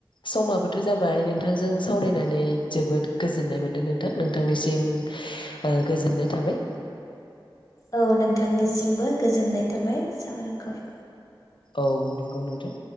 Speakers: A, on the left; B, on the left.
A: समाबोथ' जाबाय नोंथांजों सावरायनानै जोबोद गोजोननाय मोन्दों नोंथां नोंथांनिसिम ओ गोजोननाय थाबाय
B: औ नोंथांनिसिमबो गोजोननाय थाबाय साबायखर
A: औ नंगौ नोंथां